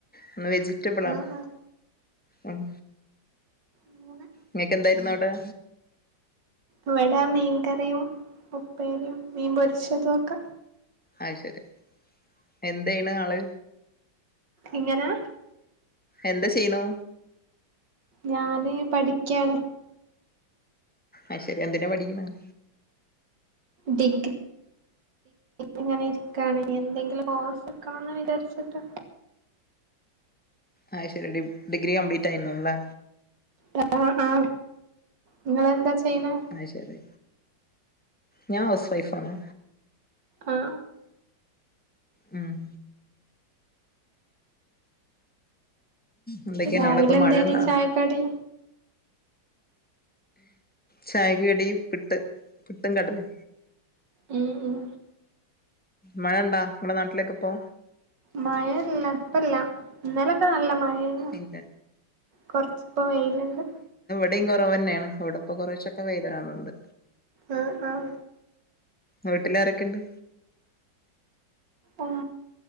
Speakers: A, in the centre; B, on the right.
A: ഇന്ന് വെജിറ്റബിൾ
B: ആ
A: ആണ്
B: ആ
A: ഉം
B: അങ്ങനെ
A: നിങ്ങക്ക എന്തായിരുന്നു അവിടെ
B: ഇവിടെ മീൻകറിയും ഉപ്പേരിയും മീൻ പൊരിച്ചതും ഒക്കെ
A: അത് ശരി എന്തെയാണ് ആള്
B: എങ്ങനെ
A: എന്താ ചെയ്ണു
B: ഞാന് പഠിക്കയാണ്
A: അത് ശരി എന്തിനാ പഠിക്കുന്നത്
B: ഡിങ്ക് ഇങ്ങനെ ഇരിക്കാണ് എന്തെങ്കിലും കോഴസെടുക്കണംന്ന് വിചാരിച്ചിട്ടാ
A: ആഹ് ശരി ഡി ഡഗ്രി കംപ്ലീറ്റ് ആയിണ്ടാവൂലേ
B: ആ ആ നിങ്ങളെന്താ ചെയ്യണെ
A: ആത് ശരി ഞാൻ ഹൗസ് വൈഫ് ആണ്
B: ആ
A: ങും എന്തൊക്കെയാണ്
B: രാവിലെ
A: അവിടൊക്കെ
B: എന്തേന
A: മഴ ഉണ്ടോ
B: ചായക്കടി
A: ചായക്ക് കടി പിട്ട് പിട്ടും കടല്
B: ഉം ഉം
A: മഴയണ്ടാ നിങ്ങളെ നാട്ടിലേക്കെ ഇപ്പോ
B: മയ ഇല്ല ഇപ്പ ഇല്ല ഇന്നലൊക്കെ നല്ല മഴ <inaudible> പഴന
A: ഇല്ല
B: കൊറച്ച്പ്പോ വെയിലുണ്ട്
A: എവിടെയും കുറവ് തന്നെയാണ് അവിടപ്പ കുറച്ചൊക്കെ വ്താണുന്നുണ്ട്
B: ഉം ഉം
A: വീട്ടിലാരൊക്കെയുണ്ട്
B: ഉം